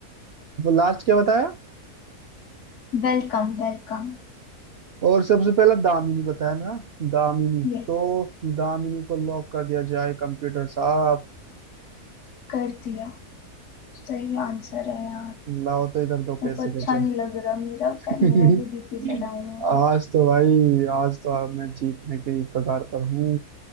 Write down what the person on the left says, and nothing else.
Welcome welcome
Yes
कर दिया सही आंसर है यार
मेरे
को अच्छा
नहीं लग रहा मेरा
मेरा जो बीपी सा डाउन हो रहा
है